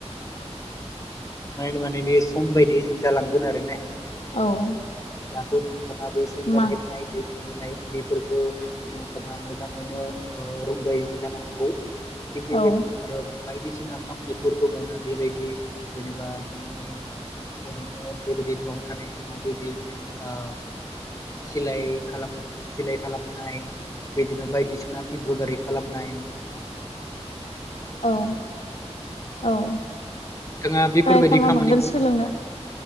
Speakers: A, on the left; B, on the left.
A: मान माने बे सम बायदि जालांगोन आरो ने
B: औ
A: दाथ नों नोंथांङा बे सुइतार
B: मा
A: हेबनाय बे नाय बेफोरखो नोंथाङा मोजाङैनो ओ रोंबाय जानो हागौ थिग
B: औ
A: बेबायदिनो आरो बायदिसिना खामानिफोर दङना बेबायदि जेनेबा जोंनि ओरैनो बेबायदि न'आव थानाय समाव बेदि ओ सिलाय खालाम सिलाय खालामनाय बिदिनो बायदिसिना एमब्रयदारि खालामनाय
B: औ औ
A: नोंथांङा बेफोरबायदि
B: ट्राइ खालामनांगोन
A: खामानिखौ
B: सोलोंनो